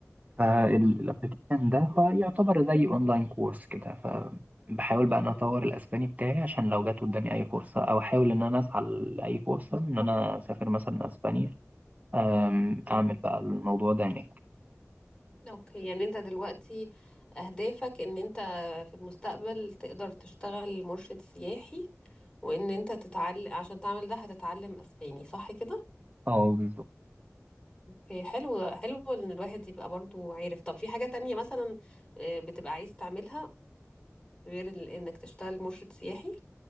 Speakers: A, on the right; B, on the left.
A: فالابلكيشن ده هو يعتبر زي اونلاين كورس كده فبحاول
B: مم.
A: بقى ان
B: مم.
A: أنا اطور الاسباني بتاعي عشان لو جت قدامي اي فرصه او احاول ان انا اسعى لاي فرصه ان انا اسافر مثلا اسبانيا آم،
B: مم.
A: اعمل بقى الموضوع ده هناك
B: اوكي يعني انت دلوقتي اهدافك ان انت في المستقبل تقدر تشتغل مرشد سياحي وان انت تتعلم عشان تعمل ده هتتعلم اسباني صح كده
A: اه بالظبط
B: اوكي حلو حلو ان الواحد يبقى برضو عارف طب في حاجة تانية مثلا آه، بتبقى عايز تعملها غير ال- انك تشتغل مرشد سياحي